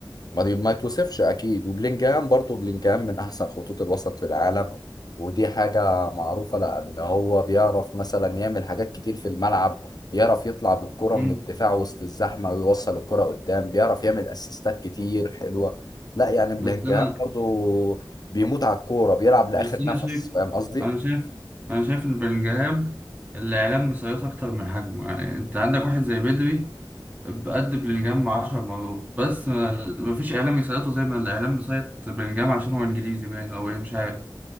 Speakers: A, on the left (about 50°); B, on the right (about 20°).
A: ما دي- ما يتوصفش اكيد وبلينجهام برضه بلينجهام من احسن خطوط الوسط في العالم ودي حاجة معروفة لأن هو بيعرف مثلا يعمل حاجات كتير في الملعب يعرف يطلع بالكرة
B: مم.
A: من الدفاع وسط الزحمة ويوصل الكرة قدام بيعرف يعمل أسيستات كتير حلوة لا يعني
B: بس
A: بلينجهام
B: أنا
A: برضه بيموت على الكورة بيلعب لآخر
B: بس انا
A: نفس
B: شايف
A: فاهم قصدي؟
B: انا شايف انا شايف ان بلينجهام الاعلام مسيطر اكتر من حجمه يعني انت عندك واحد زي بدري بقد بلينجهام 10 مرات بس ما- مفيش اعلام يسيطره زي ما الاعلام مسيط بلينجهام عشان هو انجليزي باين او ايه مش عارف